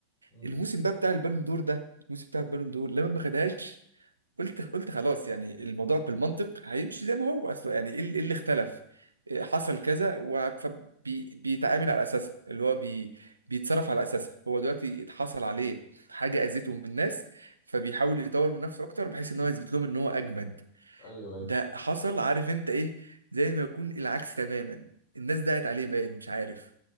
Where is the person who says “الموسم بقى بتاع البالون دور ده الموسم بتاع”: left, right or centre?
Right